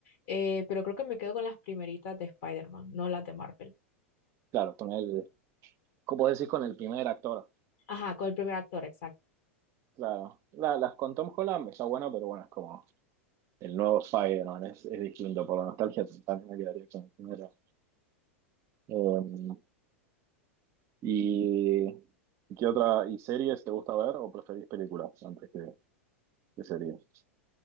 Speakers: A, on the left; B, on the right.
A: eh, pero creo que me quedo con las primeritas de Spider-Man, no las de Marvel.
B: Claro, con él. como decís con el primer actor,
A: Ajá, con el primer actor, exacto.
B: claro. La- las con Tom Holland está bueno, pero bueno, es como el nuevo Spider-Man, es, es distinto. Por la nostalgia también me quedaría con el primero. Eh, ¿y qué otra? ¿Y series te gusta ver o preferís películas antes que, que series?